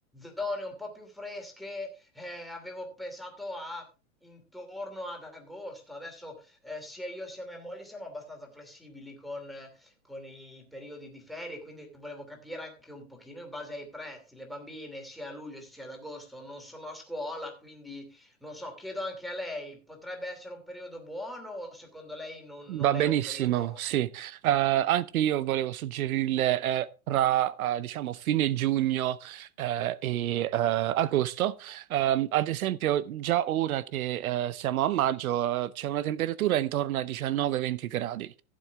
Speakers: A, in the centre; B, on the right (about 80°).
A: zone un po' più fresche, eh, avevo pensato a intorno ad agosto. Adesso eh, sia io sia mia moglie siamo abbastanza flessibili con, eh, con i periodi di ferie, quindi volevo capire anche un pochino in base ai prezzi. Le bambine sia a luglio sia ad agosto non sono a scuola, quindi non so, chiedo anche a lei, potrebbe essere un periodo buono o secondo lei non
B: Va
A: non
B: benissimo,
A: è un periodo...
B: sì. Eh, anche io volevo suggerirle eh, tra eh, diciamo fine giugno eh, e eh, agosto. Ehm, ad esempio, già ora che eh, siamo a maggio, eh, c'è una temperatura intorno ai 19-20 gradi.